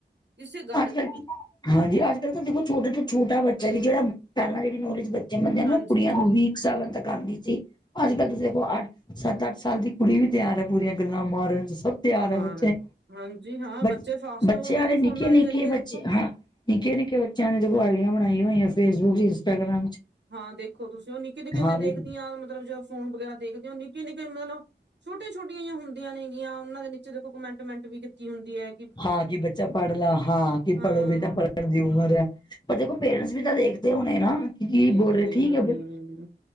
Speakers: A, on the right; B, on the left.
A: ਕਿਸੇ ਗੱਲ
B: ਅੱਜ
A: ਦੀ
B: ਕੱਲ
A: ਵੀ
B: ਹਾਂਜੀ, ਅੱਜ-ਕੱਲ ਤਾਂ ਦੇਖੋ ਛੋਟੇ ਤੋਂ ਛੋਟਾ ਬੱਚਾ ਵੀ ਜੇੜਾ ਪਿਆਰ ਨਾਲ ਜੇੜੀ ਨਾਲੇਜ ਬੱਚੇਆ, ਬੰਦੇਆਂ ਨਾ,
A: ਹਾਂਜੀ
B: ਕੁੜੀਆਂ ਨੂੰ ਵੀ ਸਾਲਾਂ ਤੱਕ ਆਂਦੀ ਸੀ, ਅੱਜ-ਕੱਲ ਤੁਸੀਂ ਦੇਖੋ ਅੱਠ, ਸੱਤ, ਅੱਠ ਸਾਲ ਦੀ ਕੁੜੀ ਵੀ ਤਿਆਰ ਐ ਪੂਰੀਆਂ ਗੱਲਾਂ ਮਾਰਨ ਚ ਸਬ ਤਿਆਰ
A: ਮਾਰਨ
B: ਐ ਬੱਚੇ,
A: ਹਾਂਜੀ ਹਾਂ ਬੱਚੇ
B: ਬਚ
A: ਫਾਸਟ
B: ਬੱਚਿਆਂ
A: ਹੋ ਗਏ ਜੀ
B: ਦੇ
A: ਫੋਨਾਂ
B: ਨਿੱਕੇ-ਨਿੱਕੇ
A: ਜ਼ਰੀਏ
B: ਬੱਚੇ,
A: ਦੇਖੋ
B: ਹਾਂ। ਨਿੱਕੇ-ਨਿੱਕੇ ਬੱਚਿਆਂ ਨੇ ਜੋ ਆਈਡੀਆ ਬਣਾਈਆਂ ਹੋਈਆਂ ਫੇਸਬੁੱਕ ਚ ਇੰਸਟਾਗ੍ਰਾਮ ਚ
A: ਹਾਂ, ਦੇਖੋ ਤੁਸੀਂ ਉਹ ਨਿੱਕੇ-ਨਿੱਕੇ ਮੈਂ
B: ਹਾਂ
A: ਦੇਖਦੀ
B: ਰੀਲ
A: ਆ ਮਤਲਬ ਜ ਫੋਨ ਵਗੈਰਾ ਦੇਖਦੀ ਹ ਉਹ ਨਿੱਕੇ-ਨਿੱਕੇ ਮਤਲਬ ਛੋਟੀਆਂ-ਛੋਟੀਆਂ ਜਈ ਹੁੰਦੀਆਂ ਨੇਗੀਆਂ ਉਹਨਾਂ ਦੇ ਨੀਚੇ ਦੇਖੋ ਕਮੈਂਟ ਮੈਂਟ ਵੀ ਕੀਤੀ ਹੁੰਦੀ ਐ।
B: ਹਾਂ ਕਿ ਬੱਚਾ ਪੜਲਾ ਹਾਂ ਕਿ
A: ਹਾਂ
B: ਪੜੋ ਬੇਟਾ ਪੜ ੜਨ ਦੀ ਉਮਰ ਐ, ਪਰ ਦੇਖੋ ਪੇਰੈਂਟਸ ਵੀ ਤਾਂ ਦੇਖਦੇ ਹੋਣੇ ਨਾ। ਕਿ
A: ਦੇਖਦੇ
B: ਬੋਲ ਰਹੇ ਠੀਕ
A: ਹੋਣੀ
B: ਐ ਫੇਰ।